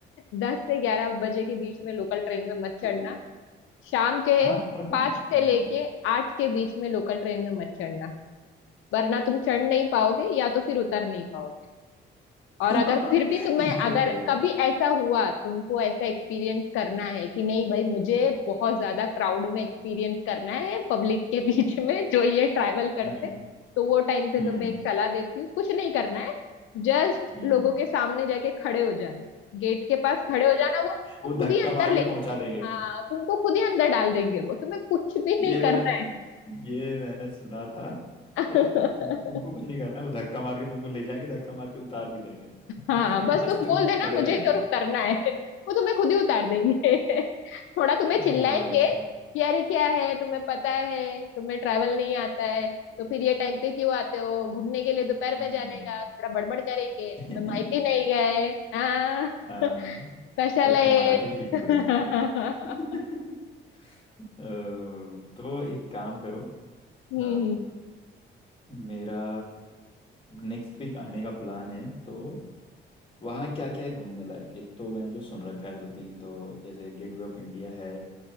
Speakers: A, on the left; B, on the left.
A: दस से ग्यारह बजे के बीच में लोकल ट्रेन में मत चढ़ना
B: तो
A: शाम के
B: आप पता
A: पाँच
B: है हम्म
A: से लेके आठ के बीच में लोकल ट्रेन में मत चढ़ना वरना तुम चढ़ नहीं पाओगे या तो फिर उतर नहीं पाओगे
B: <laughs>
A: और अगर फिर भी तुम्हें
B: ये
A: अगर
B: सही
A: कभी
B: था
A: ऐसा हुआ तुमको ऐसा एक्सपीरियंस करना है कि नहीं भाई मुझे बहुत ज्यादा क्राउड में एक्सपीरियंस करना है पब्लिक के बीच में जो ये ट्रैवल करते
B: हम्म
A: तो वो टाइम पे
B: हम्म
A: तुम्हें एक सलाह देती हूँ कुछ नहीं करना है जस्ट
B: हम्म
A: लोगों के सामने जाके खड़े हो जाना है गेट के पास खड़े हो जाना वो तुमको
B: वो धक्का
A: खुद ही अंदर
B: मार
A: ले
B: के पहुंचा देंगे
A: हाँ तुमको खुद ही अंदर डाल देंगे वो तुम्हें कुछ भी नहीं
B: ये
A: करना
B: मैंने ये मैंने सुना था
A: है
B: कि वो तुम तुमको
A: <laughs>
B: कुछ नहीं करना है वो धक्का मार के तुमको ले जाएंगे धक्का मार के उतार भी देंगे <laughs>
A: हाँ बस
B: बस
A: तुम
B: तुमको
A: बोल देना
B: खड़े
A: मुझे
B: रहना
A: इधर उतरना है वो तुम्हें खुद ही उतार देंगे <laughs> थोड़ा तुम्हें
B: ओ
A: चिल्लाएंगे
B: भाई साहब
A: कि अरे क्या है तुम्हें पता है तुम्हें ट्रैवल नहीं आता है तो फिर ये टाइम पे क्यों आते हो घूमने के लिए दोपहर
B: हम्म
A: में जाने का थोड़ा बड़बड़ करेंगे तुम्हें
B: <laughs>
A: माहिती नहीं गए हाँ
B: हाँ
A: कशाला
B: तो
A: येत?
B: मराठी भी सीखनी
A: <laughs>
B: पड़ेगी क्या <laughs> अ, तो एक काम करो
A: हम्म
B: अ, मेरा नेक्स्ट वीक आने का प्लान है तो वहाँ क्या क्या है घूमने लायक एक तो मैंने जो सुन रखा है दो तीन तो जैसे गेटवे ऑफ इंडिया है